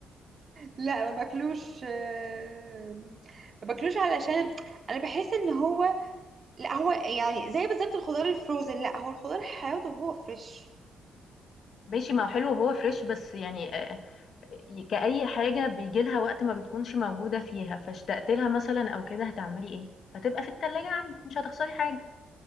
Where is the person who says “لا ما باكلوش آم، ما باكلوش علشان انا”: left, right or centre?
Right